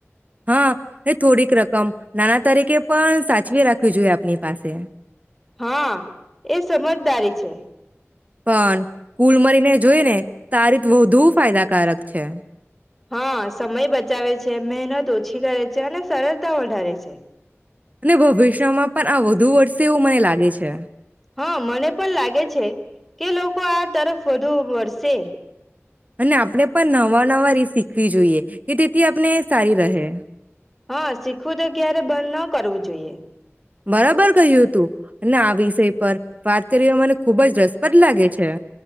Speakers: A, on the right; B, in the centre.
A: હા, એ થોડીક રકમ નાણા તરીકે પણ સાચવી રાખવી જોઈએ આપની પાસે
B: હાં, એ સમજદારી છે, <inaudible>
A: પણ કુલ મળીને જોઈ ને તો આ રીત વધુ ફાયદાકારક છે
B: હાં, સમય બચાવે છે, મહેનત ઓછી કરે છે અને સરળતા વધારે છે.
A: અને ભવિષ્યમાં પન આ વધુ વર્સે એવું મને લાગે છે.
B: હાં, મને પણ લાગે છે કે લોકો આ તરફ વધુ વરસે.
A: અને આપણે પણ નવા નવા રિસિક ખવી જોઈએ કે તેથી આપને સારી રહે.
B: હા, શીખવું તો ક્યારે બંધ ન કરવું જોઈએ.
A: બરાબર કહ્યું હતું અને આ વિષય પર વાત કરી ને મને ખુબ જ રસપ્રદ લાગે છે.